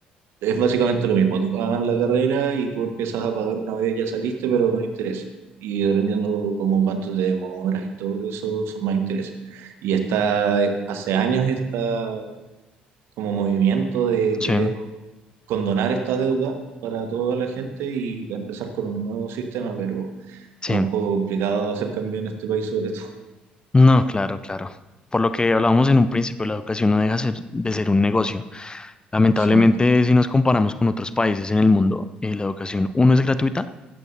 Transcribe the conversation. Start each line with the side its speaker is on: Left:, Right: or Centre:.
Right: Es básicamente lo mismo, te pagan la carrera y tú empiezas a pagar una vez ya saliste, pero con interés. Y dependiendo como cuánto te demoras y todo eso, son más intereses. Y está, hace años está como movimiento de
Left: sí,
Right: querer condonar esta deuda para toda la gente y empezar con un nuevo sistema, pero
Left: sí.
Right: es un poco complicado hacer cambio en este país sobre todo.
Left: No, claro, claro. Por lo que hablábamos en un principio, la educación no deja ser- de ser un negocio. Lamentablemente,
Right: <laughs> Exacto,
Left: si nos comparamos con otros países en el mundo, eh, la educación, uno, es gratuita